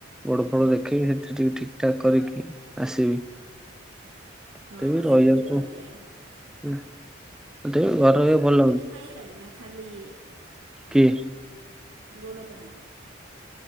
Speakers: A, in the centre; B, on the right.
A: ବଡ ଫଡ
B: ହୁଁ
A: ଦେଖଇବି ଯେତି ଟିକେ ଠିକ ଠାକ୍ କରିକି ଆସିବି।
B: ହଁ
A: ମତେ ବି ରହିବାକୁ
B: ସେଠି ରହିଯା
A: ଉଁ ମତେ ବି ଘରେ
B: ଔଷଧ
A: ରହିବାକୁ ଭଲ
B: ଦଉଛନ୍ତି
A: ଲାଗୁନି।
B: ଖାଇବା ପାଇଁ ନା ଖାଲି
A: କିଏ?
B: ଗୋଡ ପାଇଁ?